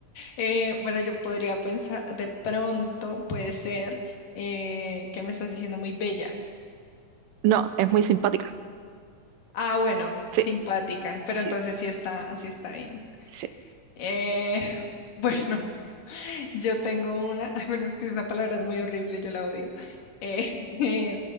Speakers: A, on the left; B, on the right.
A: Eh, bueno, yo podría pensar, de pronto puede ser eh, que me estás diciendo muy bella.
B: No, es muy simpática.
A: Ah, bueno,
B: Sí,
A: simpática, pero
B: sí,
A: entonces sí está, sí está bien.
B: sí.
A: Eh, <laughs> bueno, yo tengo una, <laughs> ay, pero es que esa palabra es muy horrible, yo la odio. Eh,